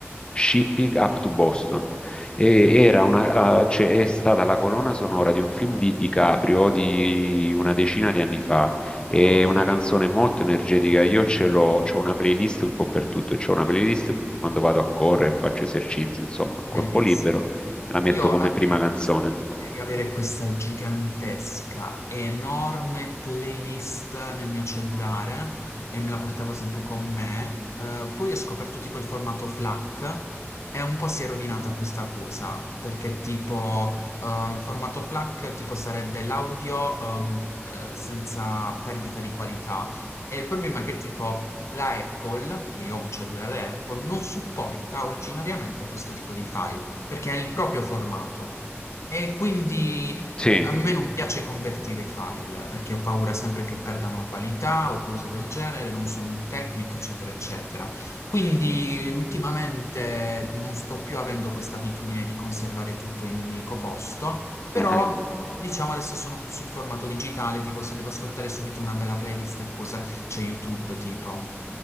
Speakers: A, on the left (about 20°); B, on the left (about 80°).
A: Shipping Up to Boston. E era una,
B: Wow,
A: eh, cioè, è stata la colonna sonora di un film di DiCaprio di una decina di anni fa. È
B: ok,
A: una canzone molto energetica. Io ce l'ho, c'ho una playlist un po' per tutto. C'ho una playlist quando vado a correre, faccio esercizi, insomma, a
B: bellissimo.
A: corpo libero. La metto
B: Io
A: come
B: avevo
A: prima canzone.
B: questa abitudine di avere questa gigantesca, enorme playlist nel mio cellulare e me la portavo sempre con me. Eh, poi ho scoperto tipo il formato FLAC e un po' si è rovinata questa cosa, perché tipo eh, il formato FLAC tipo sarebbe l'audio ehm, eh, senza perdita di qualità. E il problema è che tipo la Apple, che io ho un cellulare Apple, non supporta originariamente questo tipo di file perché è il proprio formato e quindi
A: Sì.
B: a me non piace convertire i file perché ho paura sempre che perdano qualità o cose del genere, non sono un tecnico, eccetera, eccetera. Quindi ultimamente non sto più avendo questa abitudine di conservare tutto in un unico posto. Però,
A: mhm.
B: diciamo, adesso sono più sul formato digitale, tipo se devo ascoltare subito una bella playlist e cose, c'è YouTube, tipo.